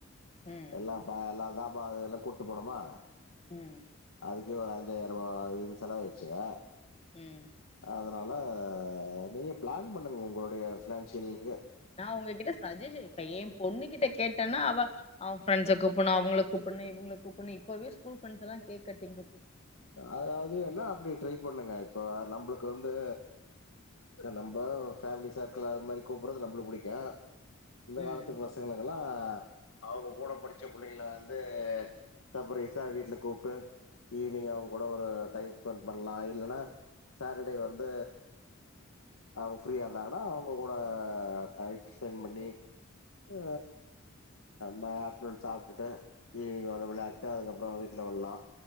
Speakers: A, on the left; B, on the left.
A: ம்
B: எல்லாம் பா எல்லாம் தான் பா எல்லாம் கூட்டு போனுமா
A: ம்
B: அதுக்கே ஒரு அஞுறு பத்தாயிரம் ரூபா அதுன்னு செலவடுச்சுங்க
A: ம்
B: அதனால நீங்கள் பிளான் பண்ணுங்க உங்களுடைய ஃபினான்ஷியகல்
A: நான் உங்க கிட்ட சஜேஷன் இப்பா எ பொண்ணு கிட்ட கேட்டேன்னா அவ அவன் ஃப்ரெண்ட்ஸ கூப்பிடணும் அவங்க கூப்பிடும் இவங்களுக்கு கூப்பன்ன இப்பவே ஸூல்ஸ் எாம் கேக் கட்டி
B: அதாவது என்னா அப்படி ட்ரை பண்ணுங்க இப்ப நம்மக்கு நமக்கு வந்து நம்ம பேமிலி சர்க்கிள் அது மாதிரி கூப்பிறது நம பிடிக்கும் இந்த
A: ம்
B: காலத்துக்கு பசங்களுக்கெல்லா அவங்க கூட படிச்ச புள்ளைங்கள வந்து சப்பரைஸா வீட்டுல கூப்பிட்டு இ நீங்க அவங்க கூட ஒரு டைம் ஸ்பெண்ட் பண்ணலா இல்லன்னா சேட்டர்டே வந்து அவங்க ஃப்ரீயா இருந்தாங்கன்னா அவங்க கூட டைம் ஸ்பெண்ட் பண்ணி ஆ ம ஆப்டர்நூன் சாப்பிட்டுட்டு ஈவினிங் வந்து வெளையாட்டுட்டு அதுக்கப்புறோ வீட்டு் ல விலா